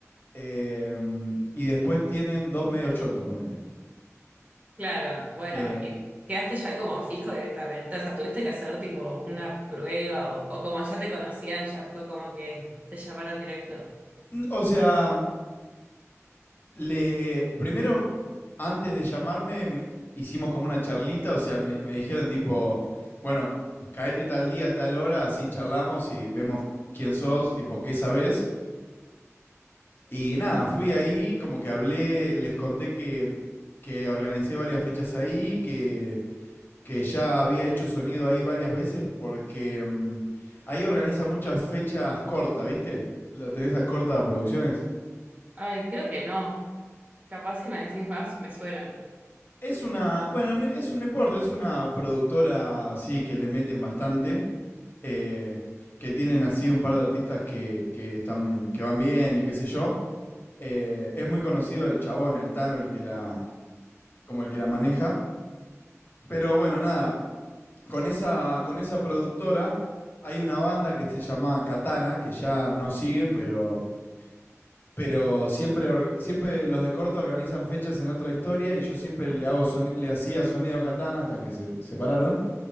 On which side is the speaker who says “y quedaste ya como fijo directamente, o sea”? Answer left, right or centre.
Right